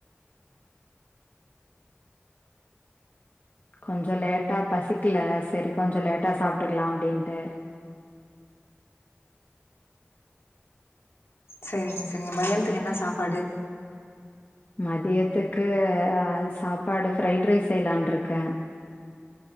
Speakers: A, on the left; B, on the left.
A: கொஞ்சோ லேட்டாக பசிக்கல சரி கொஞ்சோ லேட்டா சாப்ட்டுக்லா அப்டின்ட்டு
B: சேரிங்க சேரிங்க மதியானத்துக்கு என்ன சாப்பாடு
A: மதியத்துக்கு அ சாப்பாடு ஃப்ரைட் ரைஸ் செய்லான் இருக்க